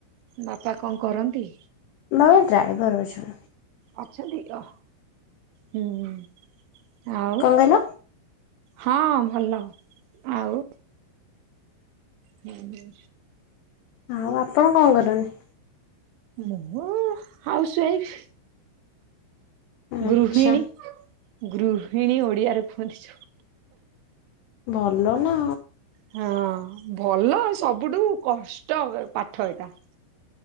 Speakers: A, on the right; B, on the left.
A: ବାପା କଣ କରନ୍ତି?
B: ବାବା ଡ୍ରାଇଭର ଅଛନ୍ତି।
A: ଅଛନ୍ତି ଓ ହୁଁ ଆଉ
B: କଣ କହିଲ
A: ହଁ ଭଲ ଆଉ ହୁଁ ହୁଁ
B: ଆଉ ଆପଣ କଣ କରନ୍ତି?
A: ମୁଁ ହାଉସୱାଇଫ୍
B: ଆଚ୍ଛା
A: ଗୃହିଣୀ ଗୃହିଣୀ ଓଡିଆରେ କୁହନ୍ତି ଯୋଉ
B: ଭଲ ନା
A: ହଁ ଭଲ ସବୁଠୁ କଷ୍ଟ ପାଠ ଏଇଟା